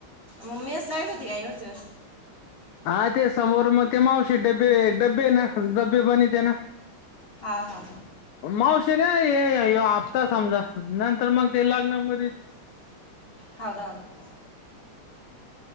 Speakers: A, on the left; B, on the left.
A: मग मेस लावली होती काय एवढ दिवस?
B: हा ते समोर मग ते मावशी डबे, डबे ना डब्बे बनवते ना.
A: हा हा
B: मावशी नाही ह्यो हफ्ता समजा नंतर मग ते लग्नामध्ये
A: हा हो ना हो ना